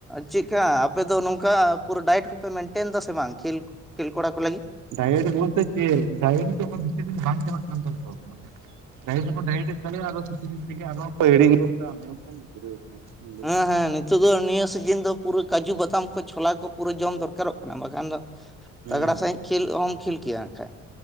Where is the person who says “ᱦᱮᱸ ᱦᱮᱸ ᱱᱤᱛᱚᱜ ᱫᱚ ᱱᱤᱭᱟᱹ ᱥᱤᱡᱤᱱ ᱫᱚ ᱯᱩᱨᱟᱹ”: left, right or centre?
Centre